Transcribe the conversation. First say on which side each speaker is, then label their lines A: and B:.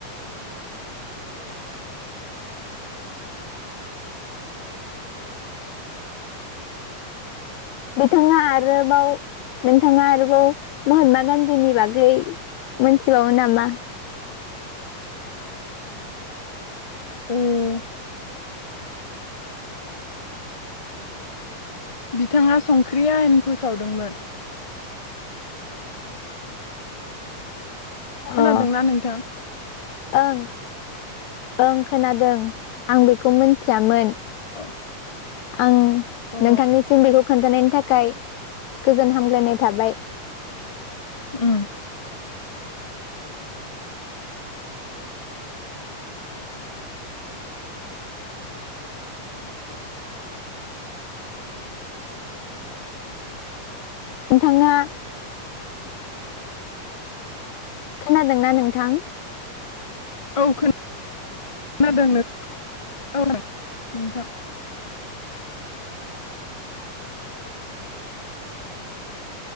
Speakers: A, on the left (about 85°); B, on the left (about 40°).
A: बिथाङा आरोबाव नोंथाङा आरोबाव महात्मा गान्धीनि बागै मोनथिबावो नामा?
B: उम बिथाङा संख्रि आयेन फोसावदोंमोन खोनादोंना
A: अ
B: नोंथां?
A: ओं ओं खोनादों आं बेखौ मोनथियामोन।
B: अ
A: आं
B: अ
A: नोंथांनिसिम बेखौ खोन्थानायनि थाखाय गोजोन हामग्लायनाय थाबाय।
B: उम
A: नोंथाङा खोनादोंना नोंथां?
B: <unintelligible> खोनादों <unintelligible> नोंथां